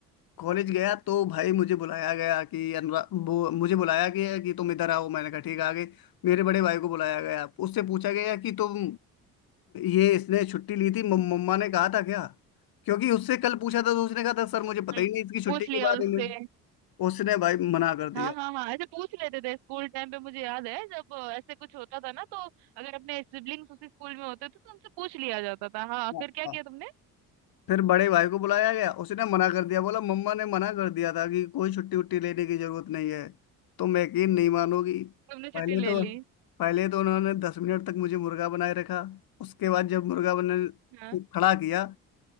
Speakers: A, on the left; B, on the right.
A: कॉलेज गया तो भाई मुझे बुलाया गया कि अनुरा वो मुझे बुलाया गया कि तुम इधर आओ मैंने कहा ठीक है, आ गए मेरे बड़े भाई को बुलाया गया उससे पूछा गया कि तुम ये इसने छुट्टी ली थी मम- मम्मा ने कहा था क्या क्योंकि उससे कल पूछा था तो उसने कहा था सर मुझे पता
B: हम्म,
A: ही नहीं इसकी
B: पूछ
A: छुट्टी के
B: लिया
A: बारे
B: उससे
A: में उसने भाई मना कर दिया
B: हाँ हाँ हाँ ऐसे पूछ लेते थे स्कूल टाइम पे मुझे याद है जब अ, ऐसे कुछ होता था ना तो अगर अपने सिबलिंग्स उसी स्कूल में होते थे तो उनसे पूछ लिया जाता था हाँ
A: हाँ,
B: फिर क्या
A: हाँ।
B: किया तुमने
A: फिर बड़े भाई को बुलाया गया उसने मना कर दिया बोला मम्मा ने मना कर दिया था कि कोई छुट्टी उट्टी लेने की जरूरत नहीं है तो मैं यकीन नहीं मानोगी
B: तुमने
A: पहले
B: छुट्टी
A: तो
B: ले ली
A: पहले तो उन्होंने दस मिनट तक मुझे मुर्गा बनाए रखा उसके बाद जब मुर्गा बनाने
B: हाँ
A: खड़ा किया